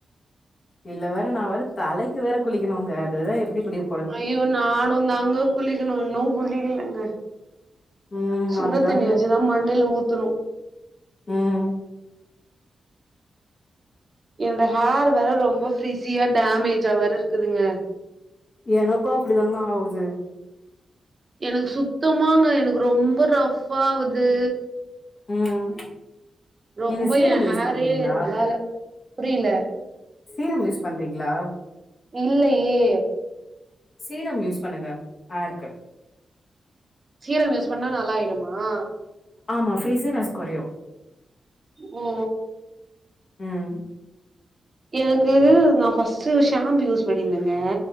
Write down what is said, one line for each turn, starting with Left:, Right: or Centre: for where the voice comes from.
Left: இதுல வேற நா வேற தலைக்கு வேற குளிக்கணுங்க அதுதா எப்டி குளிக்
Right: ஐயோ நானு தாங்க குளிக்கணு இன்னு குளிக்கலங்க
Left: ம்
Right: சுட
Left: அதுதாங்க
Right: தண்ணி வச்சுதா மண்டையில ஊத்துணு
Left: ம்
Right: என்னோட ஹோர் வேற ரொம்ப ஃப்ரிஸியா டேமேஜா வேர இருக்குதுங்க
Left: எனக்கு அப்படிதாங்க ஆவுது
Right: எனக்கு சுத்தமாங்க எனக்கு ரொம்ப ரஃப் ஆவுது
Left: ம்
Right: ரொம்ப
Left: நீங்க சீரம்
Right: என் ஹேரே
Left: யூஸ் பண்றீங்களா
Right: நல்லால புரில
Left: சீரம் யூஸ் பண்றீங்ளா
Right: இல்லையே
Left: சீரம் யூஸ் பண்ணுங்க ஹேர்க்கு
Right: சீரம் யூஸ் பண்ணா நல்லாயிடுமா ஆ
Left: ஆமா ஃப்ரீஸிநஸ் கொறையு
Right: ஓ
Left: ம்
Right: எனக்கு நா ஃபஸ்ட்டு ஷாம்பு யூஸ் பண்ணியிருந்தேங்க